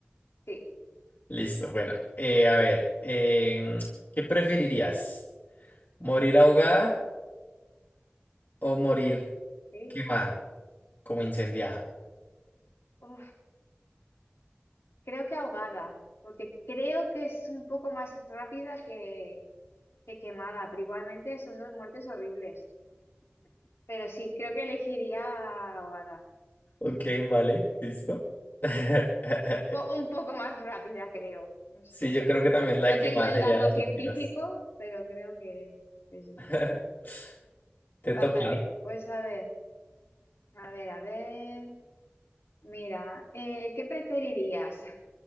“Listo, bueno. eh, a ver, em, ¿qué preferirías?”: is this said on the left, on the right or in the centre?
Left